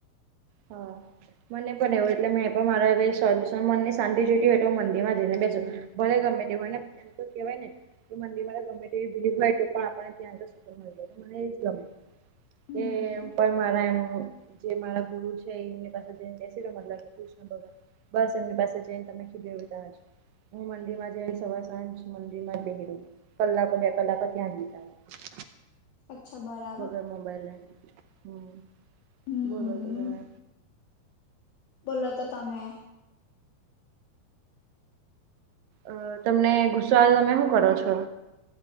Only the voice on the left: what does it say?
હમ
અચ્છા <unintelligible>
હમ
બોલો તો તમે.